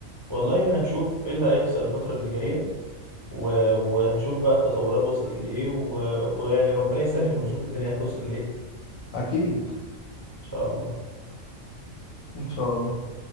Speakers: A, on the right; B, on the left.
A: والله هنشوف ايه اللي هيحصل الفترة اللي جاية و... وهنشوف بقى التطورات وصلت لإيه و... ويعني ربنا يسهل ونشوف الدنيا هتوصل لإيه إن
B: اكيد
A: شاء الله
B: ان شاء الله